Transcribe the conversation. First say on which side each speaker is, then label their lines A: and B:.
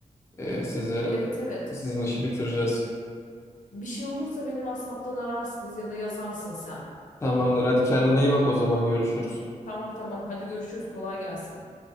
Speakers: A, on the left; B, on the left.
A: Ee, sizi
B: Evet evet.
A: sizin işi bitireceğiz.
B: Bir şey olursa beni WhatsApp'tan ararsınız ya da yazarsın sen.
A: Tamamdır. Hadi kendine iyi bak
B: Tamam.
A: o zaman görüşürüz.
B: Tamam tamam. Hadi görüşürüz. Kolay gelsin.